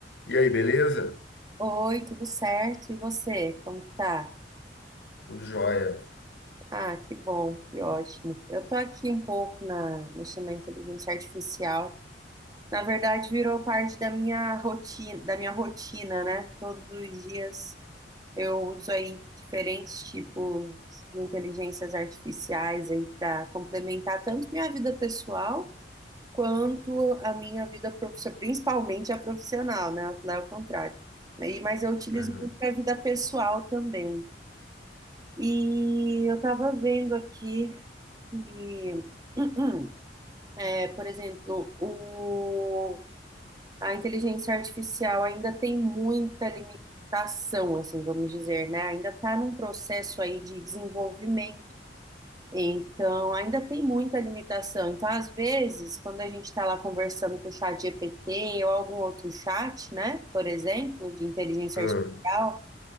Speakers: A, on the left (about 65°); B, on the right (about 20°).
A: E aí, beleza?
B: Oi, tudo certo? E você, como que tá?
A: Tudo jóia.
B: Ah, que bom, que ótimo. Eu tô aqui um pouco na, mexendo na inteligência artificial. Na verdade, virou parte da minha rotina, da minha rotina, né? Todos os dias eu uso aí diferentes tipos de inteligências artificiais aí para complementar tanto minha vida pessoal quanto a minha vida profissional, principalmente a profissional, né? Lá é o contrário. E- Mas eu utilizo
A: Uhum.
B: muito para a vida pessoal também. E eu estava vendo aqui que, <clears throat> é, por exemplo, o, a inteligência artificial ainda tem muita limitação, assim, vamos dizer, né? Ainda está num processo aí de desenvolvimento. Então, ainda tem muita limitação. Então, às vezes, quando a gente está lá conversando com o chat GPT ou algum outro chat, né? Por exemplo, de inteligência
A: Uhum.
B: artificial,